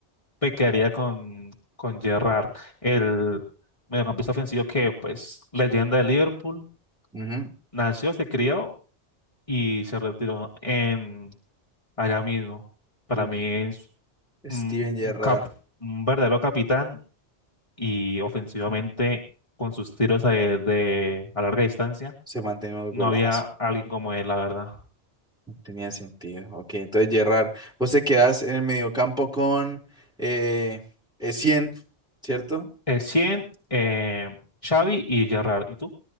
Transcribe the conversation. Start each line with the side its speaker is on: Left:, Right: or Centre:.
Left: me quedaría con, con Gerrard, el mediocampista ofensivo que, pues, leyenda de Liverpool.
Centre: Ujú.
Left: Nació, se crió y se retiró en allá mismo. Para
Centre: Mm.
Left: mí es un,
Centre: Steven Gerrard
Left: un cap, un verdadero capitán y ofensivamente con sus tiros a- de, a larga distancia
Centre: se mantiene un
Left: no
Centre: golazo.
Left: había alguien como él, la verdad.
Centre: Tenía sentido. Ok, entonces Gerrard, vos te quedás en el mediocampo con eh, Essien, ¿cierto?
Left: Eh, 100, eh, Xavi y Gerrard. ¿Y tú?